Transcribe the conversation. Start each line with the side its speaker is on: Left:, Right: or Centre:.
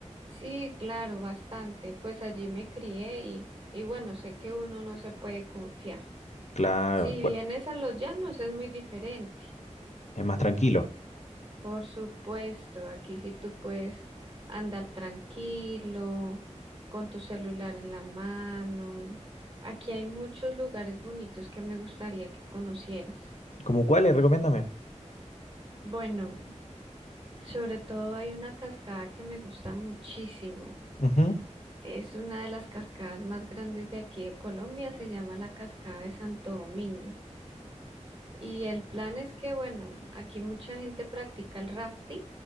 Right: Sí, claro, bastante. Pues allí me crié y, y bueno, sé que uno no se puede confiar.
Left: Claro,
Right: Si
Left: cua-
Right: vienes a los Llanos es muy diferente.
Left: es más tranquilo.
Right: Por supuesto, aquí sí tú puedes andar tranquilo, con tu celular en la mano. Aquí hay muchos lugares bonitos que me gustaría que conocieras.
Left: ¿Cómo cuáles? Recomiéndame.
Right: Bueno. Sobre todo hay una cascada que me gusta muchísimo.
Left: Ujú.
Right: Es una de las cascadas más grandes de aquí de Colombia, se llama la Cascada de Santo Domingo. Y el plan es que, bueno, aquí mucha gente practica el rafting.